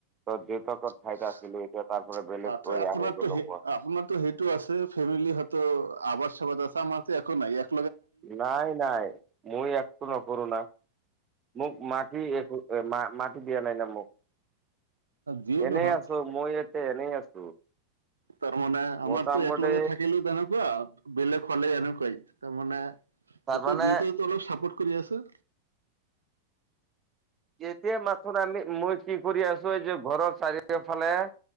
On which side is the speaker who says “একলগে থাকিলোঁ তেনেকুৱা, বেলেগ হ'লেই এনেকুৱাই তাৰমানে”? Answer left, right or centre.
Right